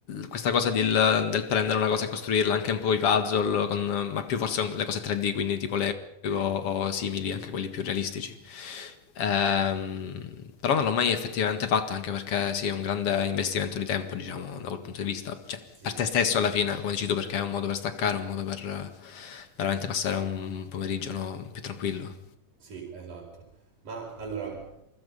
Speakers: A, on the left (about 50°); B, on the right (about 75°).
A: questa cosa del, del prendere una cosa e costruirla, anche un po' i puzzle, con- ma più forse con le cose 3D, quindi tipo Lego o simili, anche quelli più realistici. Ehm, però non l'ho mai effettivamente fatta, anche perché sì, è un grande investimento di tempo, diciamo, da quel punto di vista. Cioè,
B: Sì.
A: per te stesso alla fine, come dici tu, perché è un modo per staccare, un modo per eh, veramente passare un pomeriggio, no, più tranquillo.
B: Sì, esatto. Ma allora,